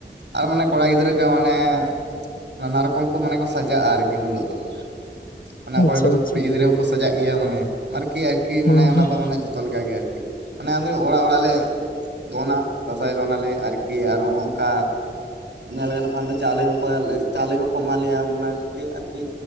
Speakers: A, on the right; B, on the left.
A: ᱟᱨ ᱢᱟᱱᱮ ᱠᱚᱲᱟ ᱜᱤᱫᱽᱨᱟᱹ ᱠᱚ ᱢᱟᱱᱮ ᱱᱟᱱᱟ ᱨᱚᱠᱚᱢ ᱠᱚ ᱢᱟᱱᱮ ᱠᱚ ᱥᱟᱡᱟᱜᱼᱟ ᱟᱨᱠᱤ ᱩᱱ ᱦᱤᱞᱳᱜ ᱫᱚ ᱢᱟᱱᱮ ᱚᱠᱚᱭ
B: ᱟᱪᱪᱷᱟ
A: ᱠᱚ ᱫᱚ
B: ᱟᱪᱪᱷᱟ
A: ᱠᱩᱲᱤ ᱜᱤᱫᱽᱨᱟᱹ ᱦᱚᱸᱠᱚ ᱥᱟᱡᱟᱜ ᱜᱤᱭᱟ ᱢᱟᱱᱮ᱾ ᱟᱨᱠᱤ ᱟᱭᱠᱤ ᱢᱟᱱᱮ
B: ᱦᱩᱸ ᱦᱩᱸ
A: ᱚᱱᱟ ᱫᱚ ᱢᱟᱱᱮ ᱡᱷᱚᱛᱚ ᱞᱮᱠᱟ ᱜᱤ ᱟᱨᱠᱤ᱾ ᱚᱱᱮ ᱟᱫᱚ ᱚᱲᱟᱜ ᱚᱲᱟᱜ ᱞᱮ ᱫᱚᱱᱟ ᱫᱟᱸᱥᱟᱭ ᱫᱚᱱᱟᱞᱮ ᱟᱨᱠᱤ ᱟᱨ ᱚᱱᱚ ᱚᱝᱠᱟ᱾ ᱧᱮᱞ ᱜᱟᱱᱚᱜ ᱠᱷᱟᱱ ᱫᱚ ᱪᱟᱣᱞᱮ ᱠᱚ ᱠᱚᱭᱟᱞᱮ ᱪᱟᱣᱞᱮ ᱠᱚ᱾ ᱠᱚ ᱮᱢᱟ ᱞᱮᱭᱟ ᱚᱱᱟᱱᱟᱜᱮ ᱟᱨᱠᱤ